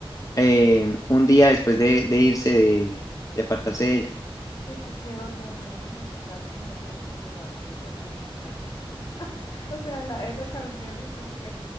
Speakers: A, on the left (about 35°); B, on the left (about 60°).
A: eh, un día después de, de irse, de, de apartarse
B: es que,
A: de ella.
B: es que qué dolor, nada más de escuchar tu narrativa, siento que me da un poquito de tristeza. <laughs> O sea, la, esa canción es como que,